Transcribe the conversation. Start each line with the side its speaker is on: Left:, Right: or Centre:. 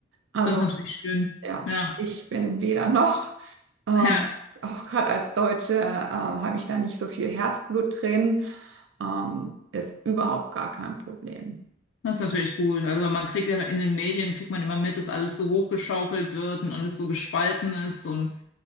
Right: also
Left: Das ist natürlich schön.
Right: ja,
Left: Ja,
Right: ich bin weder noch. Ähm,
Left: <laughs> ja,
Right: auch gerade als Deutsche äh, habe ich da nicht so viel Herzblut drin. Ähm, ist überhaupt gar kein Problem.
Left: das ist natürlich gut. Also weil man kriegt ja in den Medien kriegt man immer mit, dass alles so hochgeschaukelt wird und alles so gespalten ist und